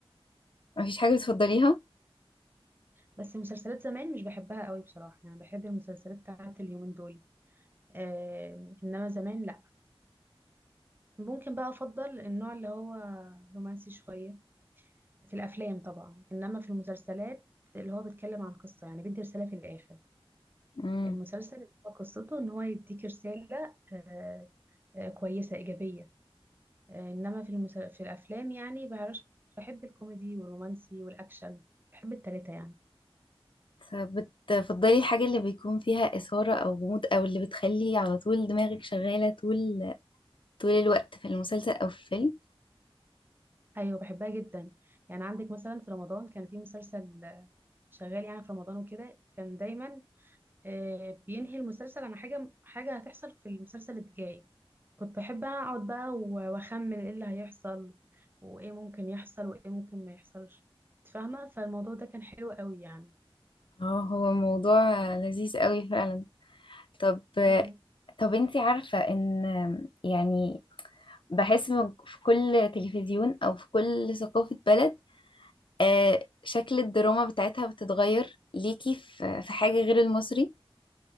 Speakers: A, on the left; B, on the right.
A: مفيش حاجة بتفضليها؟
B: بس مسلسلات زمان مش بحبها قوي بصراحة يعني بحب المسلسلات بتاعت اليومين دول آه إنما زمان لأ ممكن بقى أفضل النوع اللي هو رومانسي شوية في الأفلام طبعا إنما في المسلسلات اللي هو بيتكلم عن قصة يعني بيدي رسالة في الآخر
A: مم.
B: المسلسل اللي هو قصته ان هو يديك رسالة آه، آه، كويسة إيجابية آه، انما في المسل... في الافلام يعني بعرفش بحب الكوميدي والرومانسي والاكشن بحب التلاتة يعني
A: طب بتفضلي الحاجة اللي بيكون فيها إثارة أو غموض أو اللي بتخلي على طول دماغك شغالة طول طول الوقت في المسلسل أو في الفيلم؟
B: ايوه بحبها جدا يعني عندك مثلا في رمضان كان في مسلسل آه، شغال يعني في رمضان وكده كان دايما آه، بينهي المسلسل عن حاجة حاجة هتحصل في المسلسل الجاي كنت بحب انا اقعد بقى و- واخمن ايه اللي هيحصل وايه ممكن يحصل وايه ممكن ما يحصلش إنت فاهمة فالموضوع ده كان حلو قوي يعني
A: اه هو موضوع لذيذ قوي فعلا طب
B: مم.
A: طب انتي عارفة ان يعني بحس من- في كل تلفزيون او في كل ثقافة بلد آه، شكل الدراما بتاعتها بتتغير ليكي في في حاجة غير المصري